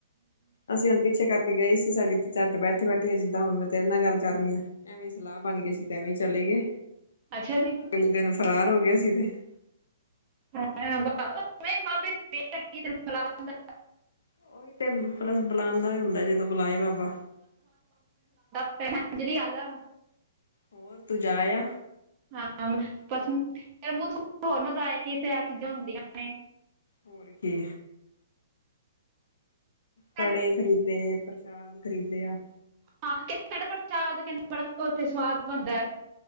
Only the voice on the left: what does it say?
ਅਸੀਂ ਹੁਣ ਪਿੱਛੇ ਕਰ ਗਈ ਸੀ ਸਾਡੀ ਤੇ ਝੱਟ ਬੈਠੇ ਬੈਠੇ ਜਿੱਦਾਂ ਹੁਣ ਮੈਂ ਤੇਰੇ ਨਾਲ ਗੱਲ ਕਰ ਰਹੀ ਹਾਂ, ਐਵੇਂ ਸਲਾਹ ਬਣ ਗਏ ਸੀ ਤੇ ਐਵੇਂ ਹੀ ਚਲੇ ਗਏ।
ਅਗਲੇ ਦਿਨ ਫਰਾਰ ਹੋ ਗਏ। ਕਿਤੇ <unintelligible>
ਉਹੀ ਤੇ ਪਲੱਸ ਬੁਲਾਉਣ ਦਾ ਹੁੰਦਾ ਜਦੋਂ ਬੁਲਾਏ ਬਾਬਾ।
ਹੋਰ ਤੂੰ ਜਾਇਆ
ਹੋਰ ਕੀ ਕੜੇ
ਖਰੀਦੇ, ਪ੍ਰਸ਼ਾਦ ਖਰੀਦੇ ਆ